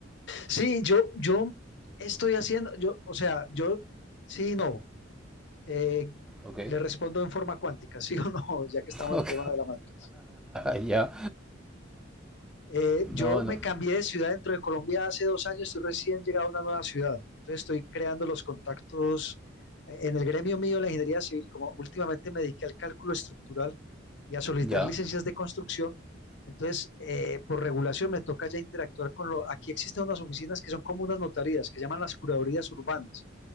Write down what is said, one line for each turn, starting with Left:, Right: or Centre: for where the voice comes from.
Left: Sí, yo, yo estoy haciendo, yo, o sea, yo, sí, y no, eh,
Centre: Ok.
Left: le
Centre: <laughs>
Left: respondo en forma cuántica, <laughs> sí o no, <laughs> ya que estamos
Centre: Ok.
Left: en tema de la matriz.
Centre: <laughs> Ya.
Left: Eh, yo
Centre: No, no.
Left: me cambié de ciudad dentro de Colombia hace dos años, estoy recién llegado a una nueva ciudad, entonces estoy creando los contactos eh, en el gremio mío de la ingeniería civil, como últimamente me dediqué al cálculo estructural y a solicitar
Centre: Ya,
Left: licencias de construcción, entonces eh, por regulación me toca ya interactuar con lo, aquí existen unas oficinas que son como unas notarías, que llaman las curadorías urbanas,